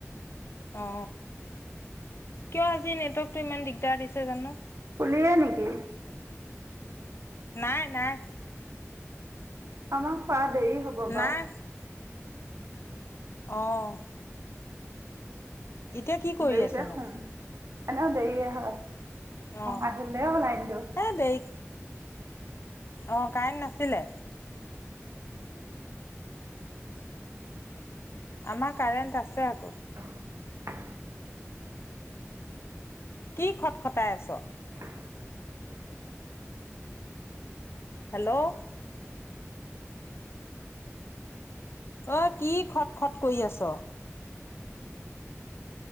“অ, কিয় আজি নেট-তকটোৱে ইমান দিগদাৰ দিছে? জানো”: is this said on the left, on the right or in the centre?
Left